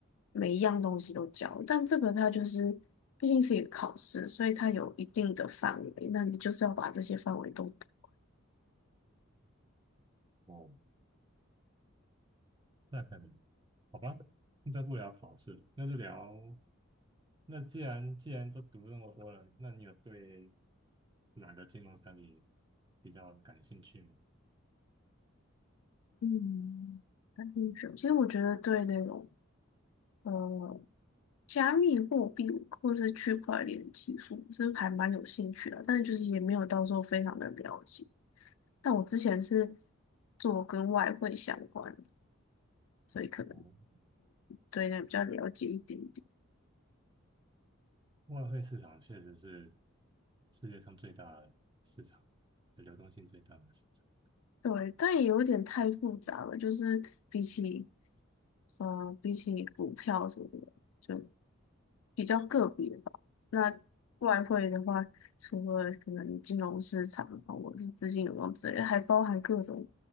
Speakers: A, on the left (about 75°); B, on the right (about 20°).
A: 每一样东西都教。但这个他就是毕竟是一个考试，所以它有一定的范围，那你就是要把这些范围都读
B: 哦，那肯定。好吧，那在不聊考试那就聊。那既然既然都读那么多了，那你有对哪个金融产品比较感兴趣吗？
A: 嗯，感兴趣。其实我觉得对那种呃加密货币或是区块链技术，这还蛮有兴趣的，但是就是也没有到时候非常的了解。但我之前是做跟外汇相关的，所以可能
B: 哦，
A: 对那比较了解一点点。
B: 外汇市场确实是世界上最大的市场，流动性最大的市场。
A: 对，但也有点太复杂了，就是比起，嗯、比起股票什么的，就。比较个别吧。那外汇的话，除了可能金融市场啊，或者是资金流动之类的还包含各种，